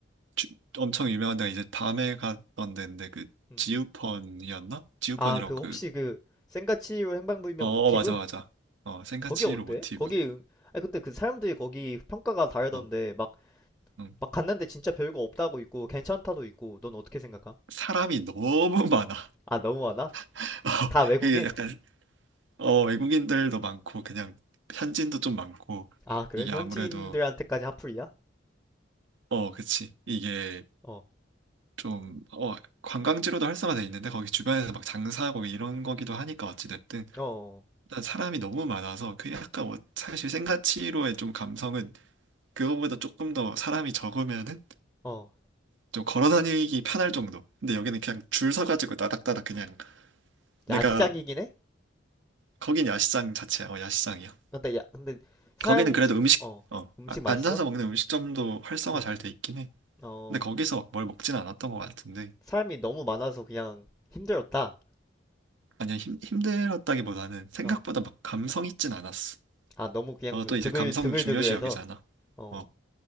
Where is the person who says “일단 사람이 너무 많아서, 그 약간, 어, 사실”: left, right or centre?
Right